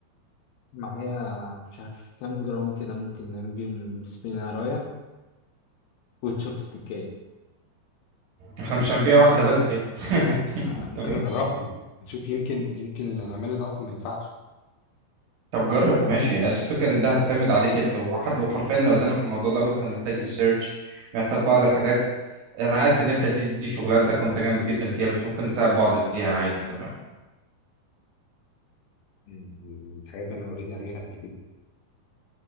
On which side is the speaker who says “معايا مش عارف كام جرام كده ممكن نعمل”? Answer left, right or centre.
Left